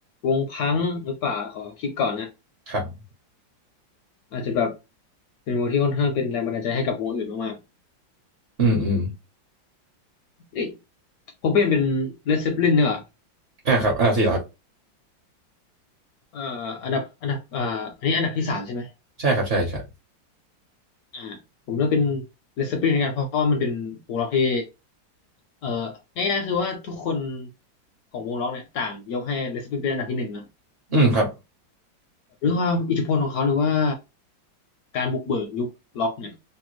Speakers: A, on the left (about 70°); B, on the right (about 50°).
A: วงพังหรือเปล่าขอคิดก่อนนะ
B: ครับ
A: อาจจะแบบเป็นวงที่ค่อนข้างเป็นแรงบันดาลใจให้กับวงอื่นมากๆ
B: อืมอืม
A: เอ้ยโคเปนเป็นเลดเซปลินเนี่ยเหรอ
B: อ่าครับอันดับสี่เหรอครับ
A: เอ่ออันดับอันดับอ่าอันนี้อันดับที่สามใช่ไหม
B: ใช่ครับใช่ใช่
A: อ่าผมเลือกเป็นเลดเซปลินกันเพราะว่ามันเป็นวงล็อกที่เอ่อง่ายๆคือว่าทุกคนของวงล็อกเนี่ยต่างยกให้เลดเซปลินเป็นอันดับที่หนึ่งนะ
B: อืมครับ
A: ด้วยความอิทธิพลของเขาหรือว่าการบุกเบิกยุคล็อกเนี่ย